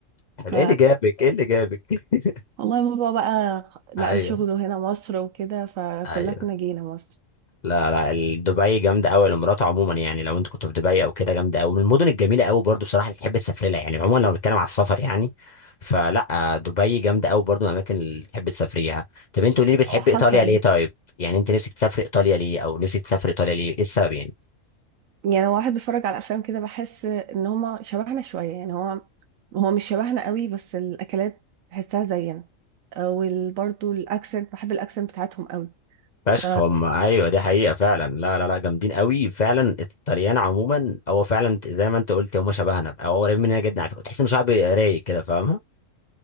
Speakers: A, on the left (about 40°); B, on the right (about 80°).
A: حلو
B: ف
A: ايه اللي جابك ايه اللي جابك <laughs>
B: والله بابا بقى نقل
A: ايوه
B: شغله هنا مصر وكده فكلنا
A: ايوه
B: جينا مصر
A: لا لا ال- دبي جامده قوي الامارات عموما يعني لو انت كنت في دبي او كده جامده قوي من المدن الجميله قوي برضو بصراحه اللي تحب تسافر لها يعني عموما لو بنتكلم على السفر يعني فلا آه، دبي جامده قوي برضو من الاماكن اللي تحب تسافريها طب انت قولي لي بتحب
B: وحصل
A: ايطاليا ليه طيب يعني انت نفسك تسافر ايطاليا ليه او نفسك تسافر ايطاليا ليه ايه السبب يعني
B: يعني لو واحد بيتفرج على افلام كده بحس ان هما شبهنا شويه يعني هو هو مش شبهنا قوي بس الاكلات تحسها زينا وبرضه الاكسنت بحب الاكسنت بتاعتهم قوي
A: فشخ
B: ف
A: هم ايوه دي حقيقه فعلا لا لا لا جامدين قوي فعلا الطليان عموما هو فعلا زي ما انت قلت هم شبهنا او قريبين مننا جدا على فكره تحس ان شعب رايق كده فاهمه